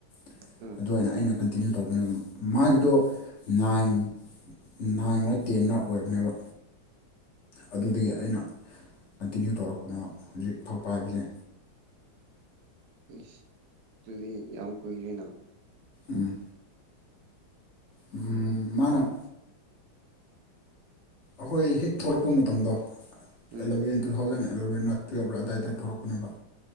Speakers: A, on the left; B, on the right.
A: ꯫
B: ꯎꯝ
A: ꯑꯗꯨ ꯑꯣꯏꯅ ꯑꯩꯅ ꯀꯟꯇꯤꯅ꯭ꯌꯨ ꯇꯧꯕꯅꯦ꯫ ꯃꯥꯒꯤꯗꯣ ꯫ ꯅꯥꯏꯟ ꯅꯥꯏꯟꯂ ꯇꯦꯟꯂ ꯑꯣꯏꯕꯅꯦꯕ꯫ ꯑꯗꯨꯗꯒꯤ ꯑꯩꯅ ꯀꯟꯇꯤꯅ꯭ꯌꯨ ꯇꯧꯔꯛꯄꯅꯥ ꯍꯧꯖꯤꯛ ꯐꯧꯄꯥꯏꯕꯅꯦ꯫
B: ꯏꯁ ꯑꯗꯨꯗꯤ ꯌꯥꯝ ꯀꯨꯏꯔꯦꯅ ꯫
A: ꯎꯝ ꯎꯝ ꯃꯥꯅ ꯑꯩꯈꯣꯏ ꯍꯦꯛ ꯊꯣꯛꯂꯛꯄ ꯃꯇꯝꯗꯣ
B: ꯎꯝ
A: ꯑꯦꯂꯚꯦꯟ ꯇꯨ ꯊꯥꯎꯖꯟ ꯑꯦꯂꯚꯦꯟꯂ ꯇꯨꯌꯦꯞꯔ ꯑꯗꯗꯥꯏ ꯇꯧꯔꯛꯄꯅꯦꯕ